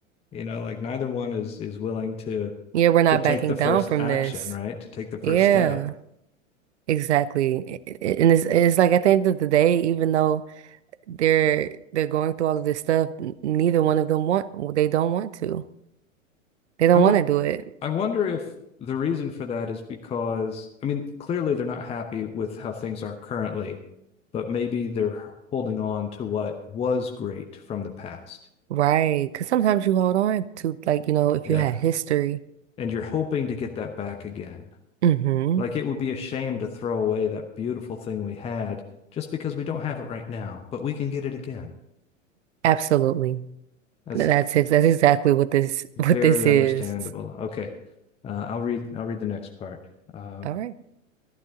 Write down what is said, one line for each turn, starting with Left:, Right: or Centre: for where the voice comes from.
Left: you know like neither one is is willing to
Right: Yeah, we're not
Left: to take
Right: backing
Left: the first
Right: down from
Left: action
Right: this.
Left: right to take the first
Right: Yeah.
Left: step
Right: Exactly. I- I- And it's, it's like at the end of the day, even though they're they're going through all of this stuff, n- neither one of them want, well, they don't want to. They don't
Left: i want
Right: want to do it.
Left: I wonder if the reason for that is because, I mean, clearly they're not happy with how things are currently, but maybe they're holding on to what was great from the past.
Right: Right. Because sometimes you hold on to like, you know, if
Left: Yeah.
Right: you had history.
Left: And you're hoping to get that back again.
Right: Mm-hmm.
Left: Like it would be a shame to throw away that beautiful thing we had just because we don't have it right now, but we can get it again.
Right: Absolutely.
Left: That's
Right: Th- That's ex that's exactly what this <laughs>
Left: very
Right: what this is.
Left: understandable. Okay. Uh, I'll read I'll read the next part. Uh,
Right: All right.